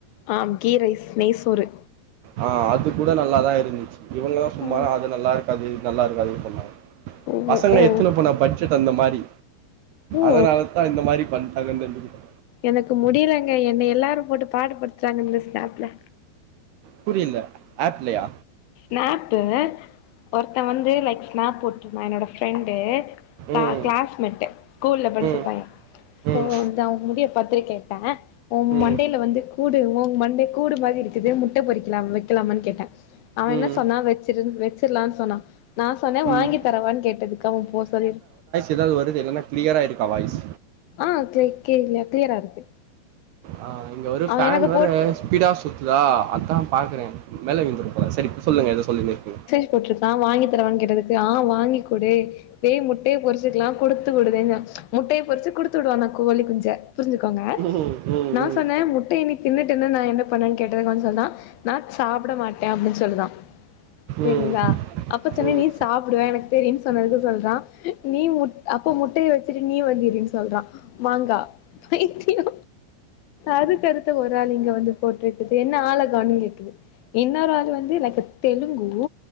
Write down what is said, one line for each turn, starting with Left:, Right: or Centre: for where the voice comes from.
Left: ஆ கி ரைஸ் நெய் சோறு
Right: ஆ அது கூட நல்லாதா இருந்துச்சு இவங்கல்லா சும்மா
Left: ஆ
Right: அது நல்லா இருக்காது இது நல்லா இருக்காது சொன்னாங்க
Left: ஓ
Right: பசங்க
Left: ஓ
Right: எத்துனு போன பட் ஜட் அந்த மாரி
Left: ஓ
Right: அதனால தா இந்த மாரி பண்டாங்கனு நெனைக்குற
Left: எனக்கு முடியலங்க என்ன எல்லாரு போட்டு பாடுபடுத்துறாங்க இந்த ஸ்னாப்ல
Right: புரியல அப்லையா
Left: ஸ்னாப்பு ஒருத்த வந்து லைக் ஸ்னாப் போட்ருந்தா என்னோட ஃப்ரெண்டு
Right: ம்
Left: கிளாஸ்மெட்டு ஸ்கூல்ல படிச்சபைய
Right: ம்
Left: இப்போ
Right: ம்
Left: வந்து அவங்க முடிய பத்தி கேட்ட உ
Right: ம்
Left: மண்டைல வந்து கூடு உ மண்டை கூடு மாரி இருக்குது முட்டை பொறிக்கலா வைக்கலாமானு கேட்டே அவ என்ன
Right: ம்
Left: சொன்னா வச்சிரு வச்சிறலானு சொன்னா நா சொன்ன வாங்கி
Right: ம்
Left: தரவான்னு கேட்டதுக்கு அவன் போ சொல்லிரு
Right: எதாது வருது இல்லன்னா கிளியரா இருக்கா வாய்ஸ்
Left: ஆ க்ளே கே இல்ல கிளியரா இருக்கு
Right: ஆ இங்க ஒரு
Left: அவ
Right: ஃபேன்
Left: எனக்கு
Right: ஒரே
Left: போட்
Right: ஸ்பீடா சுத் துதா அதா பாக்கறே மேல விந்துரு போல சரி இப்ப சொல்லுங்க எதோ சொல்லினு இருக்கீங்க
Left: போட்ருத்தா வாங்கித்தரவான் கேட்டதுக்கு ஆ வாங்கி்க்குடு வேய் முட்டைய பொரிச்சிக்லா குடுத்து விடுவேங்க முட்டைய பொறிச்சு குடுத்து வுடுவானா கோழி குஞ்ச புரிஞ்சுகோங்க
Right: ம் ம்
Left: நா
Right: ம்
Left: சொன்னே முட்டைய நீத் தின்னுட்டுன நா என்னப் பண்ணுவே கேட்டதுக்கு அவ சொன்னா நான் சாப்ட மாட் டே அப்டின் சொல்லுதா சேரிங்ளா
Right: ம் ம்
Left: அப்பச் சொன்ன
Right: ம் ம்
Left: நீச் சாப்டுவே எனக் தெரியுன் சொன்னதுகு சொல்றா நீ முட் அப்போ முட்டைய வச்சிட்டு நீ வந்து இருன் சொல்றா மாங்கா பைத்தியோ அதுக்கடுத்த ஒரு ஆள் இங்க வந்து போட்ருட் டுத்து என்ன ஆளக்கானன் கேக்குது இன்னொரு ஆளு வந்து லைக்க்த் தெலுங்கு